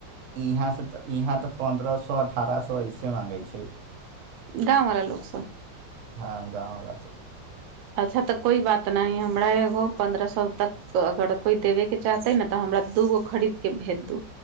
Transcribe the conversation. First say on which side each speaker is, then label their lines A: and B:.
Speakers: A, on the right; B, on the right.
A: ईहाँ से तऽ ईहाँ तऽ पन्द्रह सौ अठारह सौ ऐसे मांगैत छै।
B: गाँववला लोकसभ?
A: हँ, गाँववला सभ।
B: अच्छा, तऽ कोइ बात नहि। हमरा एगो पन्द्रह सौ तक अगर कोइ देबयके चाहतै ने तऽ हमरा दूगो खरीद के भेज दू।